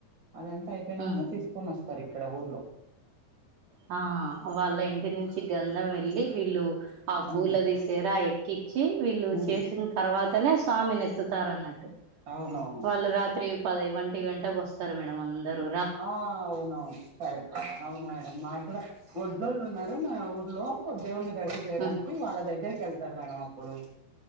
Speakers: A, on the right; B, on the right.
A: అది అంత అయిపోయినాక
B: ఉమ్
A: తీస్ తీసుకొని వస్తారు ఇక్కడ ఊర్లో
B: హా వాళ్ళ ఇంటి నుంచి గంధం వెళ్ళి వీళ్ళు. ఆ
A: హ్మ్.
B: పూలది సేరా ఎక్కిచ్చి వీళ్ళు
A: హ్మ్.
B: చేశిన్ తర్వాతనే స్వామినెత్తుతారన్నట్ టు
A: అవునవును
B: వాళ్ళు రాత్రి పదై ఒంటి గంటకు వస్తారు మేడం అందరు.
A: ఆ అవునవును కరెక్టే అవును మేడం మాకు కూడా ఒడ్లోళు ఉన్నారు మా ఊర్లో దేవుని రెడీ చేయడానికి
B: ఉమ్
A: వాళ్ళ దగ్గరికి వెళ్తారు మేడం అప్పుడు